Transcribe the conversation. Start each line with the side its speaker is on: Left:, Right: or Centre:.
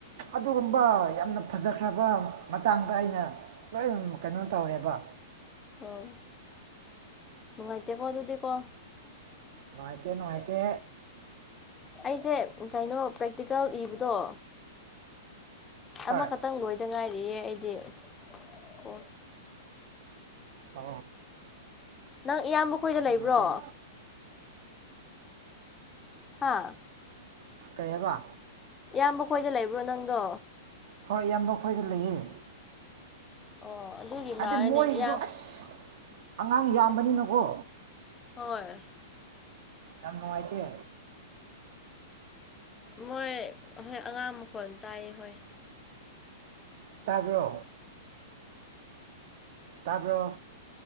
Right: ꯑꯗꯨꯒꯨꯝꯕ ꯌꯥꯝꯅ ꯐꯖꯈ꯭ꯔꯕ ꯃꯇꯥꯡꯗ ꯑꯩꯅ ꯂꯣꯏ ꯀꯩꯅꯣ ꯇꯧꯔꯦꯕ
Left: ꯑꯣ ꯅꯨꯡꯉꯥꯏꯇꯦꯀꯣ ꯑꯗꯨꯗꯤꯀꯣ
Right: ꯅꯨꯡꯉꯥꯏꯇꯦ ꯅꯨꯡꯉꯥꯏꯇ
Left: ꯑꯩꯁꯦ ꯀꯩꯅꯣ ꯄ꯭ꯔꯦꯛꯇꯤꯀꯦꯜ ꯏꯕꯗꯣ
Right: ꯍꯣꯏ
Left: ꯑꯃꯈꯛꯇꯪ ꯂꯣꯏꯗ ꯉꯥꯏꯔꯤꯌꯦ ꯑꯩꯗꯤ ꯀꯣ
Right: ꯑ
Left: ꯅꯪ ꯏꯌꯥꯝꯕ ꯈꯣꯏꯗ
Right: ꯅꯨꯡꯉꯥꯏꯇꯦ
Left: ꯂꯩꯕ꯭ꯔꯣ
Right: ꯁꯤ
Left: ꯍꯥꯥ
Right: ꯐ ꯀ꯭ꯔꯦ ꯍꯥꯏꯕ
Left: ꯏꯌꯥꯝꯕ ꯀꯣꯏꯗ ꯂꯩꯕ꯭ꯔꯣ ꯅꯪꯗꯣ
Right: ꯍꯣꯏ ꯏꯌꯥꯝꯕ ꯑꯩ ꯈꯣꯏꯗ ꯂꯩꯌꯦ
Left: ꯑꯣ ꯑꯗꯨꯒꯤ
Right: ꯍꯥꯏꯗꯤ
Left: ꯃꯥꯜꯂꯦꯅꯦ
Right: ꯃꯣꯏꯁꯨ
Left: ꯏꯌꯥ
Right: ꯑꯁ ꯑꯉꯥꯡ ꯌꯥꯝꯕꯅꯤꯅꯀꯣ
Left: ꯍꯣꯏ
Right: ꯌꯥꯝ ꯅꯨꯡꯉꯥꯏꯇꯦ
Left: ꯃꯣꯏ ꯍꯣꯏ ꯑꯉꯥꯡ ꯃꯈꯣꯟ ꯇꯥꯏꯌꯦ ꯍꯣꯏ
Right: ꯇꯥꯕ꯭ꯔꯣ ꯇꯥꯄ